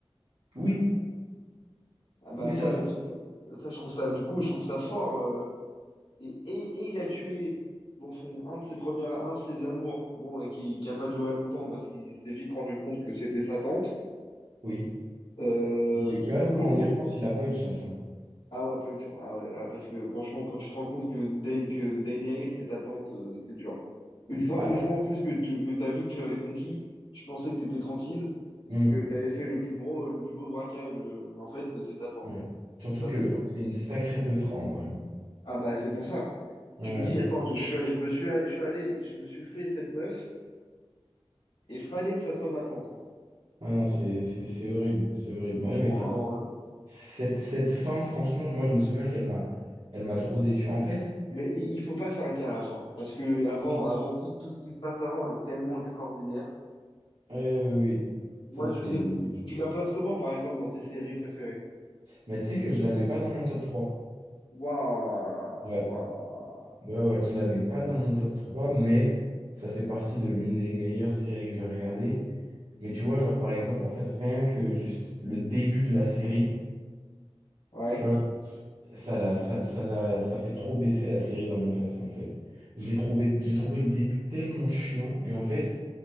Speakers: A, on the right; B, on the left.
A: oui,
B: Ah bah
A: oui ça,
B: moi, ça, ça, je trouve ça, du coup, je trouve ça fort. euh, Et, et, et il a tué bon, son, un de ses premières, un de ses amours, bon, et qui, qui a pas duré longtemps parce qu'il s'est vite rendu compte que c'était sa tante.
A: oui.
B: Euh,
A: Il est quand même, quand
B: et
A: on y repense, il a pas eu de chance. hein.
B: ah ouais, pas eu de chance. Ah ouais, ouais, parce que franchement, quand tu te rends compte que, Da- que Daenerys c'est ta tante, euh, c'est dur. Une fois,
A: Ah,
B: une fois en plus que tu que t'as vu que tu l'avais conquis, tu pensais que t'étais tranquille,
A: hmm,
B: que t'avais fait le plus beau, le plus beau braquage, euh, mais en fait, c'est ta tante.
A: ouais. Surtout
B: Ça,
A: que
B: c'est dur.
A: c'est une sacrée peu en vrai.
B: Ah bah c'est pour ça.
A: Ouais.
B: Tu te dis, attends, je, je, suis- je me suis, je suis allé, je me suis fait cette meuf. Et fallait que ça soit ma tante, quoi.
A: Ah non, c'est c'est- c'est horrible, c'est horrible.
B: Franchement,
A: Mais là, mais du
B: euh,
A: cette, cette fin, franchement, moi je me souviens qu'elle m'a elle m'a trop déçu. En fait,
B: mais il il faut pas s'arrêter à la fin. Parce que avant,
A: oui,
B: avant tout, tout ce qui se passe avant est tellement extraordinaire.
A: ouais, oui, oui.
B: Moi,
A: Ça c'est.
B: je sais, tu, tu la places comment, par exemple, dans tes séries préférées?
A: Mais tu sais que je la mets pas dans mon top trois
B: Waouh,
A: Ouais,
B: waouh.
A: ouais, ouais, je la mets pas dans mon top trois mais ça fait partie de l'une des meilleures séries que j'ai regardées. Mais tu vois, genre par exemple, en fait, rien que juste le début de la série.
B: Ouais.
A: tu vois Ça, la- ça, ça, la- ça fait trop baisser la série dans mon classement, en fait. Je l'ai trouvé, j'ai trouvé le début tellement chiant. Et en fait,